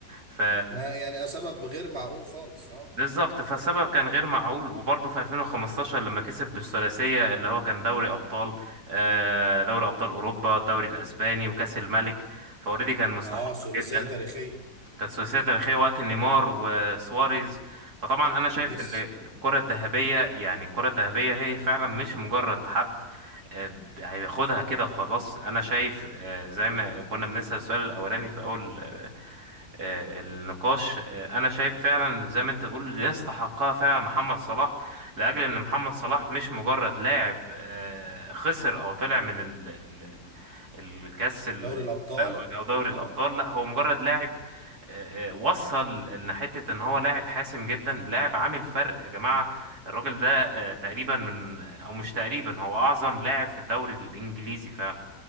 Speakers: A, on the right (about 80°); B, on the right (about 40°).
A: ف
B: نا- يعني سبب غير معقول خالص اه
A: بالظبط فالسبب كان غير معقول وبرضه في 2015 لما كسب بالثلاثية اللي هو كان دوري أبطال آه، دوري أبطال أوروبا الدوري الأسباني وكأس الملك فأوريدي كان مستحق
B: اه ثلاثية
A: جدا
B: تاريخية
A: كانت ثلاثية تاريخية وقت نيمار وسواريز فطبعا أنا
B: وميسي
A: شايف إن الكرة
B: مم.
A: الذهبية يعني الكرة الذهبية هي فعلا مش مجرد حد آه، هياخدها كده وخلاص أنا شايف آه، زي ما كنا بنسأل السؤال الأولاني في أول آه، النقاش آه، انا شايف فعلا زي ما انت تقول اللي يستحقها فعلا محمد صلاح لاجل ان محمد
B: مم.
A: صلاح مش مجرد لاعب آه، خسر او طلع من ال- ال- ال- الكاس ال-
B: دوري الابطال
A: او أو دوري الابطال
B: اه
A: لا هو مجرد لاعب آه، آه، وصل لحتة ان هو لاعب حاسم جدا لاعب عامل فرق يا جماعة الراجل ده آه، تقريبا من او مش تقريبا هو اعظم لاعب في الدوري الانجليزي فعلا